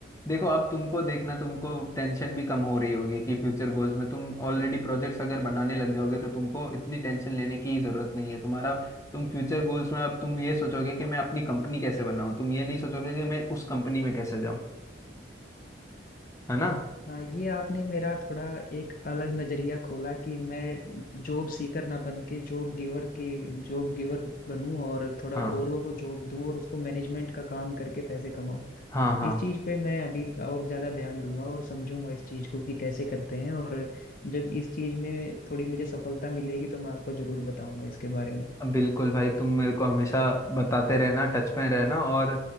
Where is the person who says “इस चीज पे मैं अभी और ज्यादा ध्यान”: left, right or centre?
Left